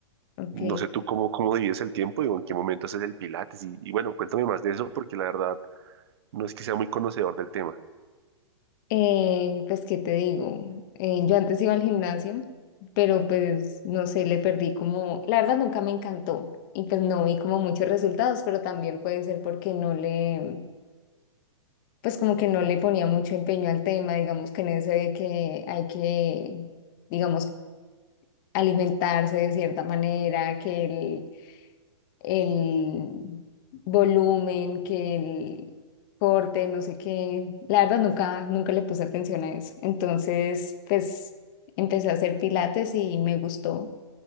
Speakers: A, on the left (about 45°); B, on the right (about 55°).
A: Ok,
B: No sé
A: ok.
B: tú cómo, cómo divides el tiempo y en qué momento haces el pilates y, y bueno, cuéntame más de eso porque la verdad no es que sea muy conocedor del tema.
A: Eh, pues, ¿qué te digo? Eh, yo antes iba al gimnasio, pero pues, no sé, le perdí como, la verdad nunca me encantó y pues no vi como muchos resultados, pero también puede ser porque no le, pues como que no le ponía mucho empeño al tema, digamos que en eso de que hay que, digamos, alimentarse de cierta manera, que el, el volumen, que el corte, no sé qué. La verdad nunca, nunca le puse atención a eso. Entonces, pues empecé a hacer pilates y me gustó.